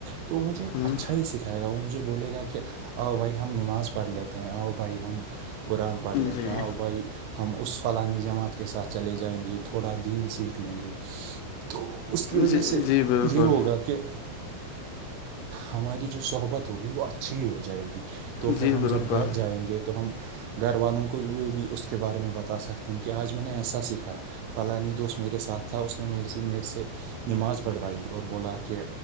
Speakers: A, on the right (about 80°); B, on the left (about 80°).
A: تو مجھے
B: ہوں
A: اچھا ہی سیکھ ائے گا وہ مجھے بولے گا کہ آؤ بھائی ہم نماز پڑھ لیتے ہیں آؤ بھائی ہم قرآن پڑھ لےتے
B: جی
A: آاں وہ بھائی ہم اس فلاانی جماعت کے ساتھ چلے جائیں گے تھوڑا دین سیکھ لیں گے تو اس کی وجہ
B: جی
A: سے
B: جی بالکل
A: یہ ہوگا کہ ہماری جو صحبت ہوگی وہ اچھی ہو جائے گی تو پھر
B: جی
A: ہم
B: بالکل
A: جب گھر جائیں گے تو ہم گھر والوں کو بھی اس کے بارے میں بتا سکتے ہیں کہ آج میں نے ایسا سیکھا فلاانی دوست میرے ساتھ تھا اس نے میرے سے میرے سے نماز پڑھوائی اور بولا کہ